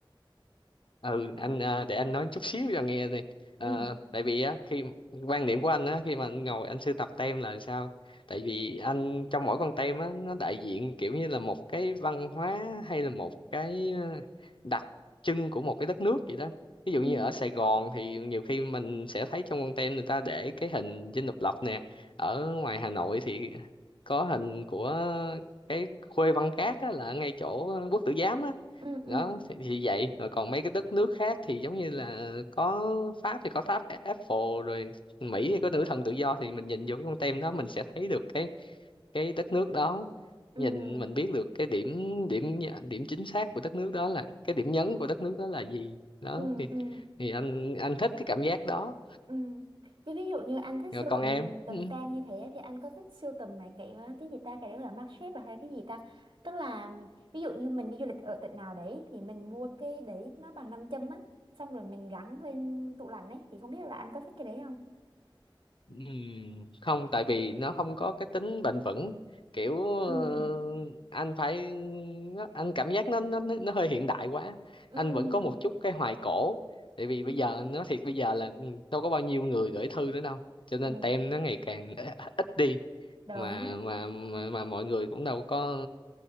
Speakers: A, on the left; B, on the right.
A: ừ
B: ừ
A: anh à, để anh nói chút xíu cho nghe nè Ờ,
B: ừ
A: tại vì á khi quan điểm của anh á khi mà anh ngồi anh sưu tập tem là sao tại vì anh trong mỗi con tem á nó đại diện kiểu như là một cái văn hóa hay là một cái ờ, đặc trưng của một cái đất nước vậy đó ví dụ
B: ừ
A: như ở Sài Gòn thì nhiều khi mình sẽ thấy trong con tem người ta để cái hình Dinh Độc Lập nè ở ngoài Hà Nội thì có hình của cái Khuê Văn Các á, là ngay chỗ Quốc Tử Giám á
B: ừ ừ
A: đó thì, thì vậy rồi còn mấy cái đất nước khác thì giống như là có Pháp thì có tháp A- Eiffel rồi Mỹ thì có nữ thần tự do thì mình nhìn vô cái con tem đó mình sẽ thấy được cái cái đất nước đó
B: ừ
A: nhìn mình biết được cái điểm điểm điểm chính xác của đất nước đó là cái điểm nhấn của đất nước đó là gì đó
B: ừ
A: thì
B: ừ
A: thì anh anh thích cái cảm giác đó
B: ừ chứ ví dụ như anh thích
A: rồi
B: sưu
A: còn
B: tầm
A: em <laughs>
B: tầm
A: ừ.
B: tem như thế thì anh có thích sưu tầm mấy cái cái gì ta cái đó là mác xếp à hay cái gì ta tức là ví dụ như mình đi du lịch ở tỉnh nào đấy thì mình mua cái đấy nó bằng nam châm á xong rồi mình gắn lên tủ lạnh ấy thì không biết là anh có thích cái đấy không
A: Ừm, không tại vì nó không có cái tính bền vững kiểu ờ,
B: ừ
A: anh phải nó- anh cảm giác nó nó nó hơi hiện đại quá
B: ừ
A: anh vẫn có một chút cái hoài cổ tại vì bây
B: ừ
A: giờ nói thiệt bây giờ là ừ, đâu có bao nhiêu người gửi thư nữa đâu cho nên
B: ừ
A: tem nó ngày càng <laughs> ít đi
B: đúng
A: mà mà mà, mà mọi người cũng đâu có